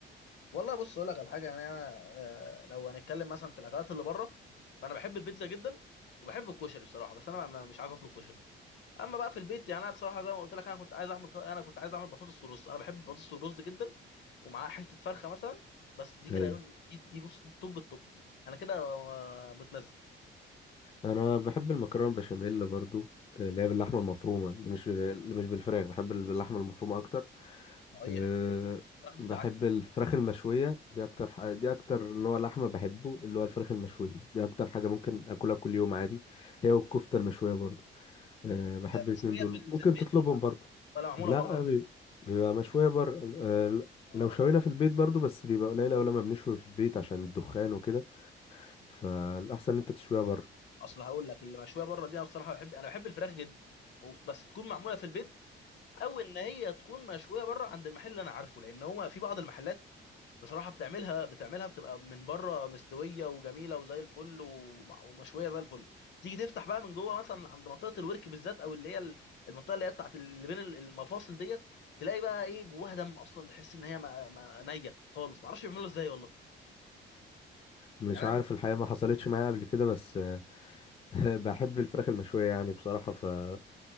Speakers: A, on the left (about 65°); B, on the left (about 30°).
A: والله بص اقول لك على حاجه يعني انا آه، لو هنتكلم مثلا في الاكلات اللي بره فانا بحب البيتزا جدا وبحب الكشري بصراحه بس انا ما- ما- مش عايز اطلب كشري اما بقى في البيت يعني انا بصراحه زي ما قلت لك انا كنت عايز اعمل ط- انا كنت عايز اعمل بطاطس ورز انا بحب البطاطس والرز جدا ومعاها حته فرخه مثلا بس دي كده
B: ايوه
A: دي, دي بص توب التوب انا كده آه، متمزج
B: انا بحب المكرونه البشاميل برضو آه، اللي هي باللحمه المفرومه اللي مش اللي مش بالفراخ بحب ال- باللحمه المفرومه اكتر
A: صحيح
B: أه
A: فراخ دي
B: بحب
A: بتبقى عك خلي
B: الفراخ
A: بالك
B: المشويه دي اكتر ح- دي اكتر نوع لحمه بحبه اللي هو الفراخ المشويه دي اكتر حاجه ممكن اكلها كل يوم عادي هي والكفته المشويه برضو أه
A: طب
B: بحب
A: مشويه
B: الاتنين دول
A: في ال-
B: ممكن
A: في البيت
B: تطلبهم
A: ولا
B: برضو
A: ولا معموله
B: لا
A: بره
B: بي- بيبقى مشويه بر أه ل-
A: اه
B: لو شوينا
A: ما-
B: في البيت برضو بس بيبقى قليل أوي لما بنشوي في البيت عشان الدخان وكده فالأحسن إن أنت تشويها بره
A: اصل هقول لك اللي مشويه بره دي انا بصراحه بحب انا بحب الفراخ جدا و- بس تكون معموله في البيت او ان هي تكون مشويه بره عند المحل اللي انا عارفه لان هو في بعض المحلات بصراحه بتعملها بتعملها بتبقى من بره مستويه وجميله وزي الفل وم- ومشويه زي الفل تيجي تفتح بقى من جوه مثلا عند منطقه الورك بالذات او اللي هي ال- المنطقه اللي هي بتاعت اللي بين المفاصل ديت تلاقي بقى ايه جواها دم اصلا تحس ان هي ما ما نيه خالص معرفش بيعملوا ازاي والله
B: مش
A: يعني
B: عارف الحقيقة ما حصلتش معايا قبل كده بس آه، <laughs> بحب
A: انا
B: الفراخ المشوية يعني بصراحة فممكن